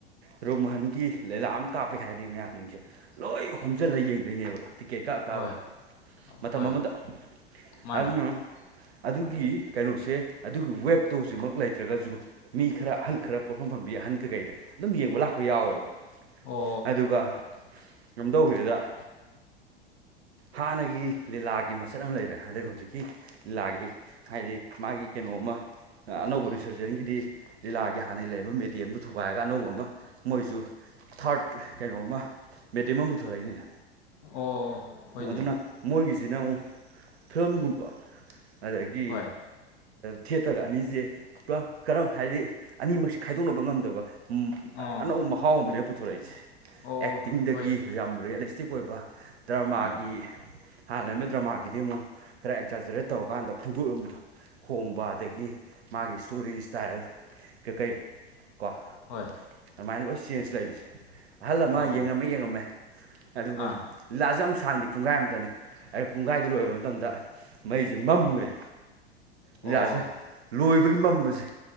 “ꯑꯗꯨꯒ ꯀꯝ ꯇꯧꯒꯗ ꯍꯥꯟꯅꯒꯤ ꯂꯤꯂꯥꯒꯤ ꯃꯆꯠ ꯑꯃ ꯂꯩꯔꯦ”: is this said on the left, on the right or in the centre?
Right